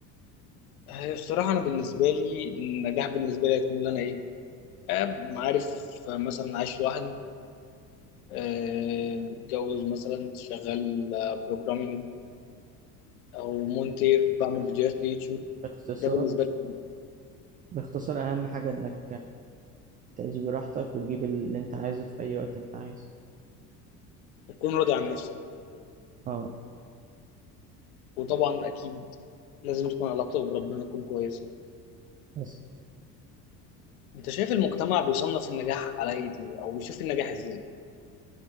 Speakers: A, on the left; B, on the right.
A: هي الصراحه انا بالنسبه لي النجاح بالنسبه لي هيكون ان انا ايه آه، عارف آه، مثلا عايش لوحدي آه، متجوز مثلا شغال بروجرامينج او مونتير بعمل
B: باخت-
A: فيديوهات ليوتيوب
B: باختصار
A: ده بالنسبه لي
B: باختصار أهم حاجة إنك تعيش براحتك وتجيب اللي أنت عايزه في أي وقت أنت عايزه
A: تكون راضي عن نفسك
B: اه
A: وطبعا اكيد لازم تكون علاقتك بربنا تكون كويسه
B: بس
A: انت شايف المجتمع بيصنف النجاح على ايه دي او بيشوف النجاح ازاي